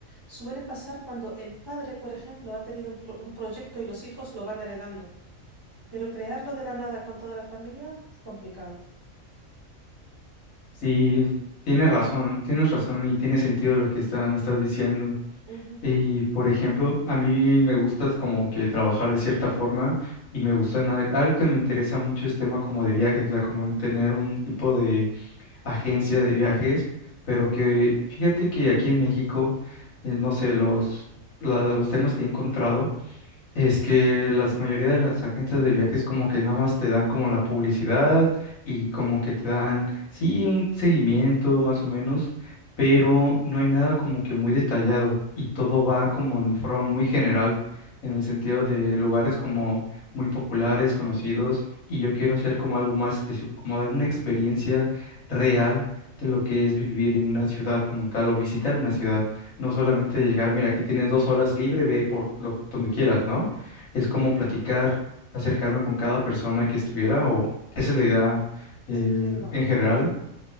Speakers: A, on the right; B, on the left.
A: suele pasar cuando el padre, por ejemplo, ha tenido un, pro- un proyecto y los hijos lo van heredando. Pero crearlo de la nada con toda la familia, complicado.
B: Sí, tienes razón, tienes razón y tiene sentido lo que está, me estás diciendo.
A: Ujú.
B: Y por ejemplo, a mí me gusta como que trabajar de cierta forma y me gusta algo que me interesa mucho es tema como de viajes, o sea, como en tener un tipo de agencia de viajes, pero que fíjate que aquí en México, eh, no sé, los, la- los temas que he encontrado es que la mayoría de las agencias de viajes como que nada más te dan como la publicidad y como que te dan, sí, un seguimiento más o menos, pero no hay nada como que muy detallado y todo va como en forma muy general, en el sentido de lugares como muy populares, conocidos, y yo quiero hacer como algo más específico, como dar una experiencia real de lo que es vivir en una ciudad como tal o visitar una ciudad, no solamente llegar, mira, aquí tienes dos horas libre, ve por lo, donde quieras, ¿no? es como platicar, acercarme con cada persona que estuviera, o esa es la idea eh,
A: Te entiendo.
B: en general.